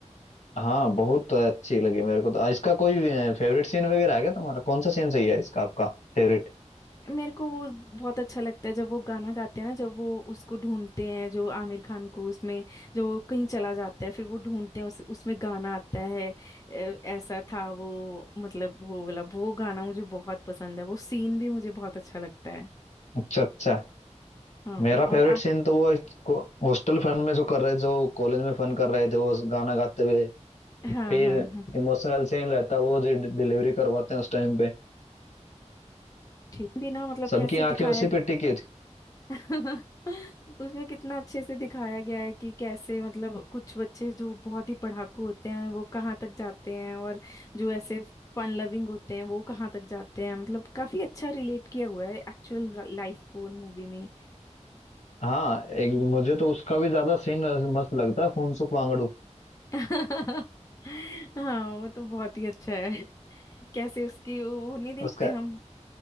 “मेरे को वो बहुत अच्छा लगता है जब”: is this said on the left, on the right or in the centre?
Left